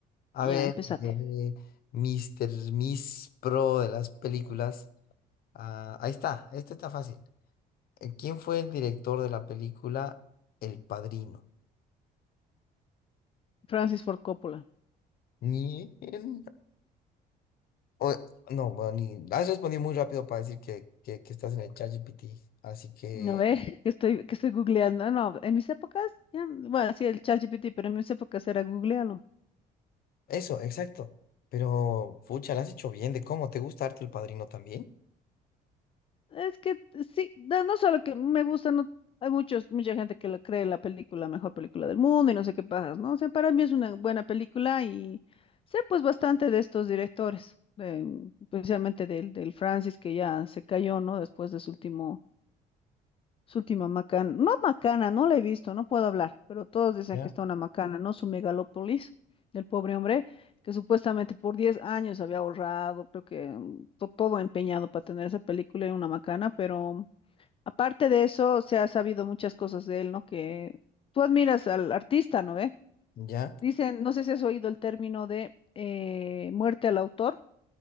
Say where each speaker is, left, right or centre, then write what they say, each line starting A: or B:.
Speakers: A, on the left; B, on the left.
A: A
B: Ya,
A: ver,
B: empezate.
A: eh, Mr. Miss Pro de las películas. ah, ahí está, este está fácil. Eh, ¿Quién fue el director de la película El Padrino?
B: Francis Ford Coppola.
A: Ni en- o- no, bueno, ni, has respondido muy rápido para decir que, que, que estás en el ChatGPT. Así que
B: A ver, <laughs> que estoy, que estoy googleando. Ah, No, en mis épocas, ya, bueno, sí, el ChatGPT, pero en mis épocas era googlealo.
A: eso, exacto. Pero, fucha, lo has hecho bien de cómo. ¿Te gusta harto El Padrino también?
B: Es que sí, no no solo que me gusta, no, hay muchos, mucha gente que la cree la película mejor película del mundo y no sé qué pajas ¿no? O sea, para mí es una buena película y sé pues bastante de estos directores, de- especialmente del, del Francis que ya se cayó, ¿no? Después de su último, su última macana, no macana, no la he visto, no puedo hablar, pero todos dicen
A: ¿Ya?
B: que está una macana, ¿no? Su megalópolis. del pobre hombre, que supuestamente por 10 años había ahorrado, creo que mm, to- todo empeñado para tener esa película y una macana, pero Aparte de eso, se ha sabido muchas cosas de él, ¿no? Que tú admiras al artista, ¿no ve?
A: Ya,
B: Dicen, no sé si has oído el término de eh, muerte al autor.